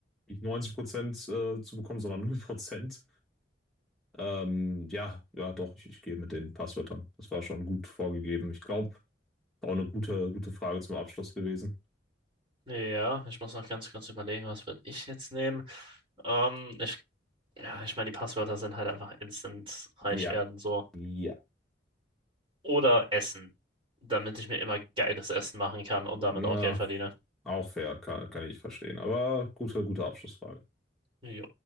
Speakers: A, in the centre; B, on the right.
A: nicht 90 Prozent äh, zu bekommen, sondern null Prozent. Ähm, ja, ja, doch, ich, ich gehe mit den Passwörtern. Das war schon gut vorgegeben. Ich glaube, auch eine gute, gute Frage zum Abschluss gewesen.
B: Ja, ich muss noch ganz kurz überlegen, was würde ich jetzt nehmen. Ähm, ich, ja, ich meine, die Passwörter sind halt einfach instant reich
A: Ja,
B: werden, so.
A: ja.
B: Oder Essen, damit ich mir immer geiles Essen machen kann und damit
A: Na.
B: auch Geld verdiene.
A: Auch fair, kann, kann ich verstehen. Aber gute, gute Abschlussfrage.
B: Jo.